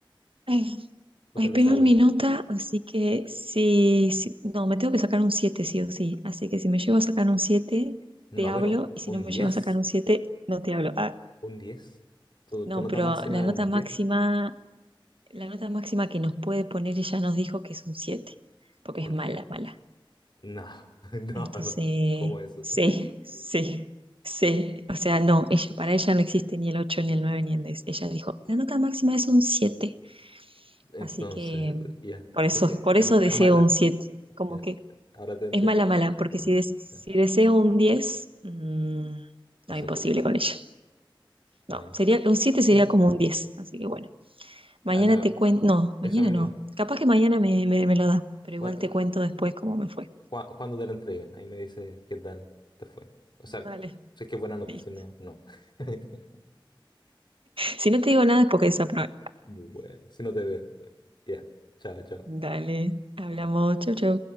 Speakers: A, on the right (about 85°); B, on the left (about 60°).
A: Ay,
B: <laughs> Ojalá
A: ay, pegué
B: sea buena.
A: mi nota, así que sí, sí- no, me tengo que sacar un 7, sí o sí. Así que si me llevo a sacar un 7
B: No,
A: te hablo,
B: pero
A: y si
B: un
A: no me
B: diez
A: llevo a sacar un 7 no te hablo. Ah,
B: un diez Tu, tu
A: no,
B: nota
A: pero
B: máxima
A: la
B: es un
A: nota
B: diez
A: máxima, la nota máxima que nos puede poner ella nos dijo que es un 7, porque
B: Porque,
A: es mala, mala.
B: no, <laughs> no,
A: Entonces,
B: no, ¿cómo eso?
A: sí,
B: <laughs>
A: sí, sí. O sea, no, ella, para ella no existe ni el 8 ni el 9 ni el 10. Ella dijo, la nota máxima es un siete,
B: Entonces,
A: Así que
B: ya,
A: por
B: sí,
A: eso,
B: sí,
A: por
B: es,
A: eso deseo
B: es mala.
A: un 7. Como
B: Yes.
A: que
B: Ahora te entiendo
A: es mala,
B: por
A: mala,
B: qué dices
A: porque
B: que era
A: si,
B: mala.
A: des- si
B: Eh,
A: deseo un 10 mm,
B: No
A: no,
B: se
A: imposible
B: puede.
A: con ella.
B: Bueno,
A: No, sería, un 7 sería
B: <laughs>
A: como un 10. Así que bueno, mañana
B: ahí me-
A: te cuento. No, mañana
B: eso mismo.
A: no. Capaz que mañana me, me, me lo da, pero
B: Bueno,
A: igual te cuento después cómo me fue.
B: cua- cuando te la entreguen, ahí me dice qué tal te fue. O sea,
A: Vale
B: sé que es buena nota,
A: listo.
B: si no, no. <laughs>
A: Si no te digo nada es porque desaprobé.
B: Bueno, si no te veo. bueno, Ya, Chao, chao.
A: Dale, hablamos, chau, chau.